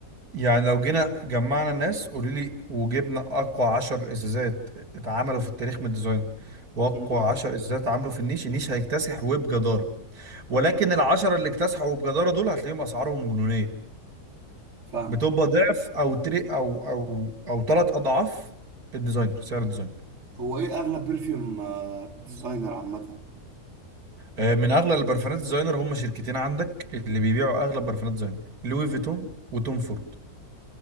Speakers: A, on the right; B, on the right.
A: يعني لو جينا جمعنا الناس قولي لي وجبنا أقوى عشر إزازات اتعملوا في التاريخ من الديزاينر وأقوى
B: امم
A: عشر إزازات اتعملوا في النيش النيش هيكتسح وبجدارة ولكن العشرة اللي اكتسحوا وبجدارة دول هتلاقيهم أسعارهم جنونية
B: فاهم
A: بتبقى ضعف أو تري أو أو أو ثلاث أضعاف الديزاينر سعر الديزاينر
B: هو ايه اغلب برفيوم آه، ديزاينر عامه
A: آه، من اغلى البرفانات الديزاينر هم شركتين عندك اللي بيبيعوا اغلى برفانات ديزاينر لوي فيتون وتوم فورد